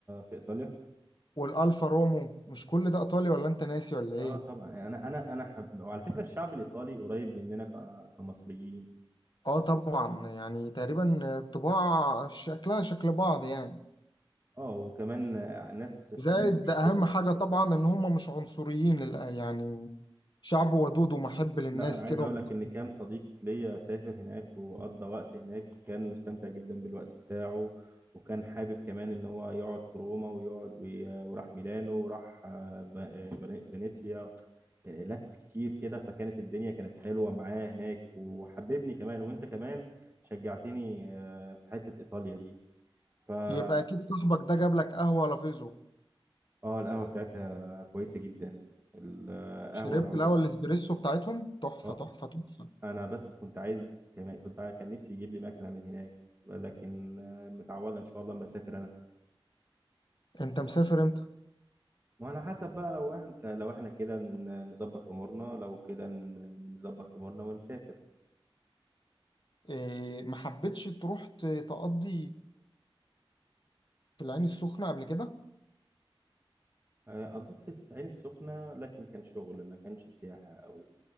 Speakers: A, on the right (about 25°); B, on the left (about 55°).
A: في ايطاليا
B: والالفا رومو مش كل ده ايطالي ولا انت ناسي ولا
A: اه
B: ايه
A: طبعا انا انا انا حب... وعلى فكره الشعب الايطالي قريب مننا ك... كمصريين
B: اه طبعا يعني تقريبا طباع شكلها شكل بعض يعني
A: اه وكمان آه، ناس فريندلي
B: زائد ده اهم
A: كده
B: حاجة طبعا ان هم مش عنصريين للأ- يعني شعب ودود ومحب للناس
A: لا انا عايز
B: كده
A: اقول
B: ومحب
A: لك ان كام صديق ليا سافر هناك وقضى وقت هناك كان مستمتع جدا بالوقت بتاعه وكان حابب كمان ان هو يقعد في روما ويقعد وي- وراح ميلانو وراح آه، ب- آه، فن- فينيسيا آه، لف كتير كده فكانت الدنيا كانت حلوة معاه هناك وحببني كمان وانت كمان شجعتني آه، في حتة ايطاليا دي فا
B: يبقى اكيد صاحبك ده جاب لك قهوة لافيزو
A: اه القهوة بتاعتها كويسة جدا القهوة
B: شربت
A: انا عمري
B: القهوة الاسبريسو بتاعتهم تحفة
A: اه
B: تحفة تحفة
A: انا بس كنت عايز كمان كنت عاي- كان نفسي يجيب لي مكنه من هناك لكن آه، متعوضه ان شاء الله اما اسافر انا
B: انت مسافر امتى
A: وعلى حسب بقى لو انت لو احنا كده ن- نظبط امورنا لو كده ن- نظبط امورنا ونسافر
B: إيه ما حبيتش تروح ت- تقضي في العين السخنة قبل كده
A: آه، قضيت في العين السخنه لكن كان شغل ما كانش سياحه قوي